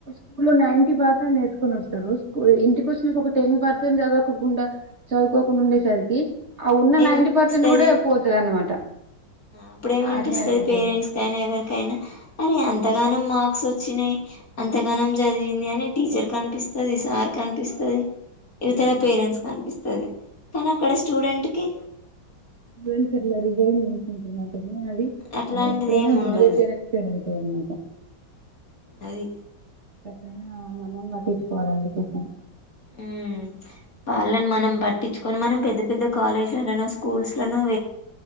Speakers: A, on the right (about 35°); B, on the left (about 45°).
A: స్కూ లో నై పర్సెంట్ నేర్చుకొని వస్తారు ఇంటికి వచ్చిన ఒక టెన్ పర్సెంట్ చదవకుండా చదువుకోకుండా ఉండేసరికి ఆ ఉన్న
B: ఏమనిపిస్తది
A: నైన్టీ పర్సెంట్ కూడా పోతది అన్నమాట
B: అప్పుడ ఏమనిపిస్తుది
A: అట్లా అయిపోతది
B: పేరెంట్స్ కైనా ఎవరికైనా అరే ఎంతగానో మార్క్స్ వచ్చ చిన అంతగానం చదివింది అని టీచర్ కనిపిస్తుంది సార్ కనిపిస్తుది ఇవితల
A: అవునండి
B: పేరెంట్స్ కనిపిస్తుంది కానీ అక్కడ స్టూడెంట్ కి
A: జ కర్లర్ ఇదే వంత మా చెనాలి
B: అట్లాంటిది
A: ఎప్పుడైనా
B: ఏమి ఉండదు
A: నాలెడ్జ్ అనేరుగు ఉ మాకా
B: అది
A: అ మనం పటించకోవాలికోసం
B: ఉ పళని మనం పట్టించుకొని మనం పెద్ద పెద్ద కాలేజ్లలోనో స్కూల్స్ న